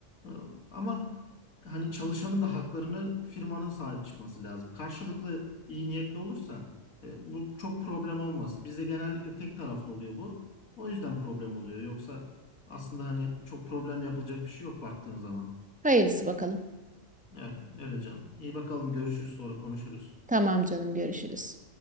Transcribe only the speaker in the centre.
Hayırlısı bakalım.
Tamam canım görüşürüz.